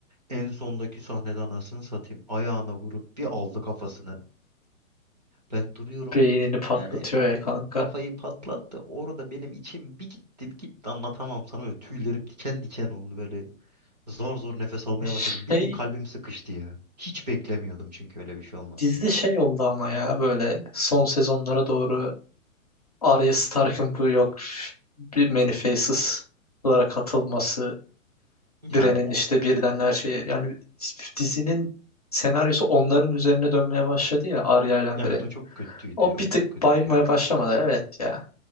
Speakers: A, on the right; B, on the left.
A: En sondaki sahnede anasını satayım. Ayağına vurup bir aldı kafasını. Ben duruyorum.
B: beynini patlatıyor
A: Yani
B: ya kanka.
A: o kafayı patlattı. Orada benim içim bir gitti bir gitti anlatamam sana. Böyle tüylerim diken diken oldu böyle. Zor zor nefes almaya
B: Şey
A: başladım. Bildiğin kalbim sıkıştı ya. Hiç beklemiyordum çünkü öyle bir şey olmasını.
B: dizide şey oldu ama ya böyle son sezonlara doğru Arya Stark'ın bu yok bir Many Faces'lara katılması,
A: Ya
B: Bran'in
A: o
B: işte birden her şeyi yani dizinin senaryosu onların üzerine dönmeye başladı ya Arya ile
A: evet
B: Bran'in.
A: o çok kötüydü.
B: O
A: O
B: bir
A: çok
B: tık
A: kötüydü
B: baymaya
A: ya.
B: başlamadı evet ya.